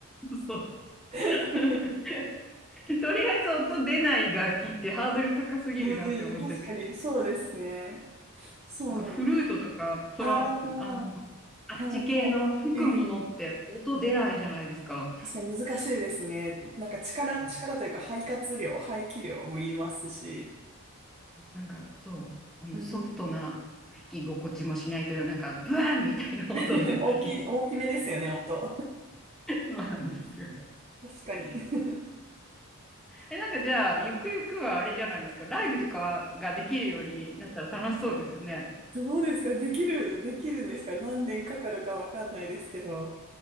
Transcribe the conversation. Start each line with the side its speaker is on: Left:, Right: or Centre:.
Centre: <laughs> そう。<laughs>
Right: <laughs>
Centre: とりあえず音出ない楽器ってハードル高すぎるなって思って
Right: うん、確かに、そうですね。そうなんです。
Centre: なんかフルートとかトラ、
Right: ああ、は
Centre: あの、あっち系の吹くものって音出ないじゃないですか。
Right: い、はい。えー確かに難しいですね。なんか力、
Centre: うん
Right: 力というか肺活量、排気量もいりますし。
Centre: なんかそう、あのソフトな
Right: うん。
Centre: 弾き心地もしないという、なんかブワーンみたいな音出たり。
Right: <laughs> 大きい、大きめですよね、音。
Centre: そうなんですよ。
Right: 確かに。<laughs>
Centre: え、なんかじゃあ、ゆくゆくはあれじゃないですか、ライブとかができるようになったら楽しそうですよね。
Right: どうですかできる、できるんですか何年かかるかわかんないですけど。